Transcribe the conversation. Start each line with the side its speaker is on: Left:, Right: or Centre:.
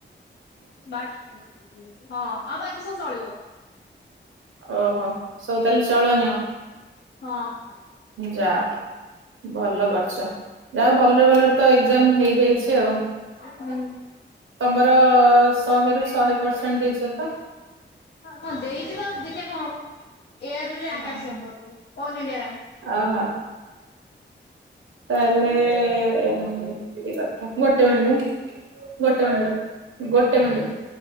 Left: ହଁ ଆଉ ବାକି ସବୁ ଚଳିବ।
Right: ଓହୋ ସବୁ ତାହେଲେ ଚଳନିଅ।
Left: ହଁ।
Right: ଯା ହୋଉ ଭଲ କରିଚ। ଯାହଉ ଭଲରେ ଭଲରେ ତ ଏକ୍ଜାମ ହେଇଯାଇଚି ଆଉ।
Left: ହୁଁ।
Right: ତମର ଶହେରୁୁ ଶହେ ପରସେଣ୍ଟ ଦେଇଛ ତ।
Left: ହଁ ଦେଇଚି ତ ଦେଖିବା କଣ ହବ ଏୟାର ରେଙ୍କ
Right: ଅହୋ।
Left: ଆସିବ ଆମର ସବୁ ଅଲ ଇଣ୍ଡିଆ ରିଆଙ୍କ।
Right: ଓହୋ। ତାହେଲେ ଏମିତି କଥା ଗୋଟେ ମିନଟ। ଗୋଟେ ମିନିଟ୍ ଗୋଟେ ମିନିଟ୍।